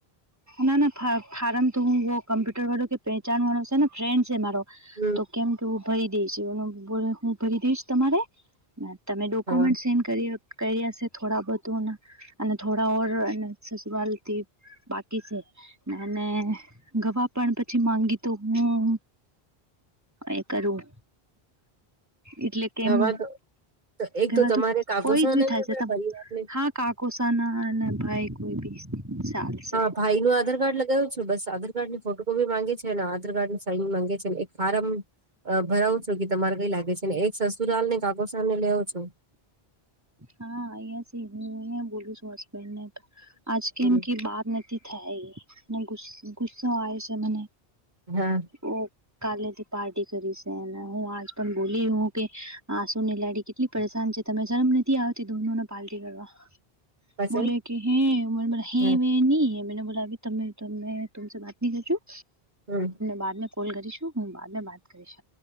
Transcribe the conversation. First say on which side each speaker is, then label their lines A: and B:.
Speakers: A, on the right; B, on the right.
A: ના ના ફાર્મ તો હું કમ્પ્યુટર વાળો કે પેહચાન વાળો છેને ફ્રેન્ડ છે મારો
B: હમ
A: તો કેમ કે હું ભરી દઈશ એ હું ભરી દઈશ તમારે તમે ડોક્યુમેન્ટ
B: હા
A: સે કર છે થોડા બધું અને થોડા ઓર અને સસુવાલથી <unintelligible> <unintelligible> અને ગવા પણ પછી માંગી તો હું એ કરવું એટલે કેમ
B: હવા તો એક
A: કવાતું
B: તો તમારે કાગોસાને
A: કોઈ જી થાય છે
B: પરિવારને
A: ત હા કાકુસાના અને ભાઈ કોઈ બી ચાલશે
B: હા ભાઈ હું આધાર કાર્ડ લગાવ્યું છું બસ આધાર કાર્ડની ફોટોકોપી માંગે છે અને આધાર કાર્ડ નું સાઈન માંગે છે એક ફાર્મ ભરાવું છો કે તમારે કઈ લાગે છે ને એક સસુરાલ ને કાકો સામેને લેવો છો
A: હા અી હું અ બોલું છું હસબન્ડ ને આજ કે
B: હમ
A: એમ કે બાર થાય અને ગુ ગુસ્સો આયો સે મને
B: હા
A: ઓ કાલે થી પાર્ટી કરી સે અને હું આજ પણ બોલી હું કે હા શું ને લેડી કેટલી પરેશાન છે તમે શરમ નથી આવતી દોનોને પાલટી કરવા.
B: પછી
A: બોલે કે હે <unintelligible> હે
B: હા
A: વ ન મેને બોલા તમે તમે તુંમ વાત નહી કરું
B: હમ
A: બાદ કોલ કરીશું હું બાદ મેં બાત કરીશ